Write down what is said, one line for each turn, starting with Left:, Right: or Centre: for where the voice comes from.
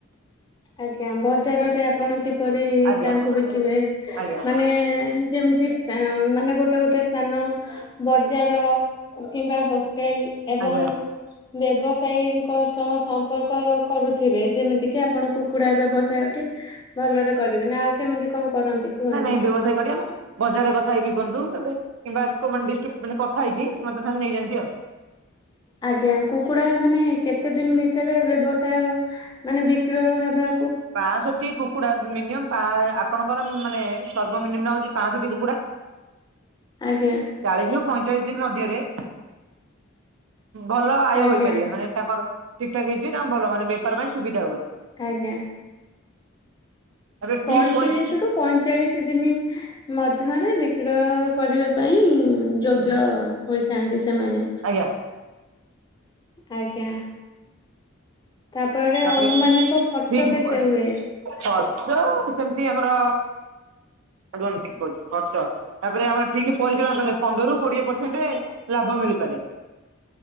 Left: ଆଜ୍ଞା ବଜାରରେ ଆପଣ କିପରି
Right: ଆଜ୍ଞା
Left: ତାଙ୍କୁ ବିକିବେ
Right: ଆଜ୍ଞା
Left: ମାନେ ଯେମ ତି ସ୍ତୀ ମାନେ ଗୋଟେ ଗୋଟେ ସ୍ଥାନ ବଜାର କିମ୍ବା ହୋ ଟେଲ ଏବଂ
Right: ଆଜ୍ଞା
Left: ବ୍ୟବସାୟୀଙ୍କ ସହ ସମ୍ପର୍କ କରୁଥିବେ ଯେମିତି କି ଆ ଆପଣ କୁକୁଡା ବ୍ୟବସାୟଠିକ ଭଲରେ କରିବେନି ଆଉ କେମିତି କଣ କରନ୍ତି କୁହନ୍ତୁ?
Right: ନାଇଁ ନାଇଁ ବ୍ୟବସାୟ କରିବା ନା ବଜାରରେ କଥା ହେଇକି କୁହନ୍ତୁ କିମ୍ବା କୋ ଡିସ୍ଟିକ୍ କଥା ହେଇକି ମତେ ନେଇଯାଆନ୍ତି ଆଉ
Left: ଆଜ୍ଞା କୁକୁଡା ମାନେ କେତେ ଦିନି ଭିତରେ ବ୍ୟବସାୟ ମାନେ ବିକ୍ରୟ ହେବା
Right: ବାଁସଟି କୁକୁଡ଼ା ମିନିମ ପାଆ- ଆପଣଙ୍କର ମାନେ ସର୍ବମିନିମ ହଉଛି ପାଁସଠି କୁକୁଡା
Left: ଆଜ୍ଞା
Right: ଚାଳିଶି ରୁ ପଇଁଚାଳିଶି ଦିନି ମଧ୍ୟରେ ଭଲ ଆୟ
Left: ଆଜ୍ଞା
Right: ହେଇପାରିବ ମାନେ ତାଙ୍କର ଠିକ ଠାକ ହେଇଯିବ ନା ଭଲ ମାନେ ବେପାର ପାଇଁ ସୁବିଧା ହୁଏ
Left: କାଆଜ୍ଞା
Right: ଏବେ ଠିକ୍
Left: ପଇଁତିରିଶ
Right: ପରି
Left: ରୁ ପଇଁଚାଳିଶ ଦିନି ମଧ୍ୟରେ ବିକ୍ରୟ କରିବା ପାଇଁ ଯୋଗ୍ୟ
Right: ହୁଁ
Left: ହୋଇଥାନ୍ତି ସେମାନେ
Right: ଆଜ୍ଞା।
Left: ଆଜ୍ଞା ତାପରେ
Right: ହଁତାପରେ
Left: ଅନୁମାନିକ ଖର୍ଚ୍ଚ
Right: ଠିକ୍
Left: କେତେ
Right: ପ
Left: ହୁଏ?
Right: ଖର୍ଚ୍ଚ ସେମିତି ଆମର ରୁହନ୍ତୁ ଟିକେ କହୁଚି ଖର୍ଚ୍ଚ ତାପରେ ଆମର ଠିକ ପରିଚାଳନା କଲେ ପନ୍ଦରରୁ କୋଡିଏ ପରସେଣ୍ଟରେ ଲାଭ ମିଳିପାରେ